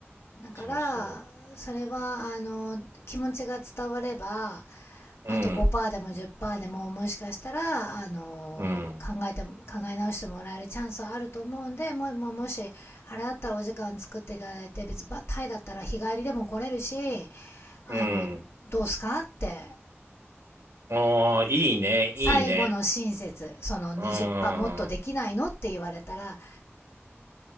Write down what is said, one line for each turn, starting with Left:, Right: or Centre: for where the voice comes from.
Left: だからそれはあの気持ちが伝われば
Right: そうそう。うん、
Left: あと5%でも10%でももしかしたらあの考えて考え直してもらえるチャンスはあると思うんでもうもうもしあれだったらお時間作っていただいて別にまあタイだったら日帰りでも来れるし
Right: うん、
Left: あのどうすかって
Right: うん。おー、いいね、いいね。
Left: 最後の親切その20%
Right: うーん。
Left: もっとできないのって言われたら